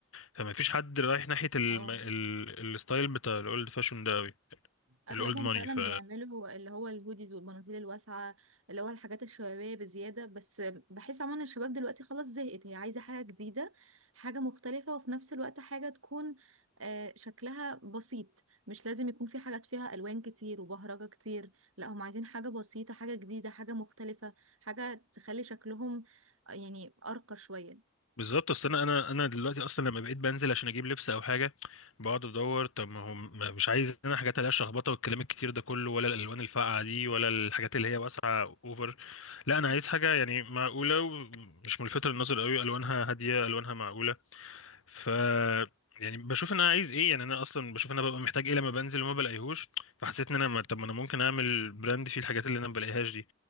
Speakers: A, on the left; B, on the right.
A: فما فيش حد رايح ناحية الم...
B: اه
A: ال... الستايل بتاع الاولد فاشون ده قوي
B: اغلبهم
A: الاولد ماني
B: فعلا
A: ف
B: بيعملوا اللي هو الهوديز والبناطيل الواسعه اللي هو الحاجات الشبابيه بزياده بس بحس عموما الشباب دلوقتي خلاص زهقت هي عايزه حاجه جديده حاجه مختلفه وفي نفس الوقت حاجه تكون آه، شكلها بسيط مش لازم يكون في حاجات فيها الوان كتير وبهرجه كتير لا هم عايزين حاجه بسيطه حاجه جديده حاجه مختلفه حاجه تخلي شكلهم آه، يعني ارقى شويه
A: بالظبط اصل انا انا انا دلوقتي اصلا لما بقيت بنزل عشان اجيب لبس او حاجه بقعد ادور طب ما هو ما- مش عايز انا حاجات عليها شخبطه والكلام الكتير ده كله ولا الالوان الفاقعه دي ولا الحاجات اللي هي واسعه اوفر لا انا عايز حاجه يعني معقوله ومش ملفته للنظر قوي الوانها هاديه الوانها معقوله ف يعني بشوف ان انا عايز ايه يعني انا اصلا بشوف ان انا ببقى محتاج ايه لما بنزل وما بلاقيهوش فحسيت ان انا ما- طب ما انا ممكن اعمل براند فيه الحاجات اللي انا ما بلاقيهاش دي